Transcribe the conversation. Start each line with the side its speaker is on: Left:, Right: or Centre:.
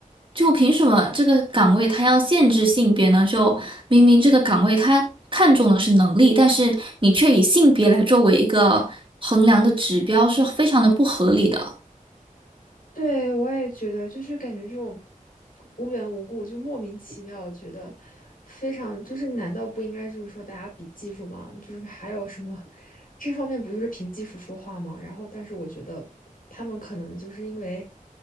Right: 就凭什么这个岗位它要限制性别呢？就明明这个岗位它看重的是能力，但是你却以性别来作为一个衡量的指标，是非常的不合理的。
Left: 对，我也觉得，就是感觉这种无缘无故就莫名其妙，我觉得非常就是，难道不应该就是说大家比技术吗？就是还有什么这方面不就是凭技术说话吗？然后，但是我觉得他们可能就是因为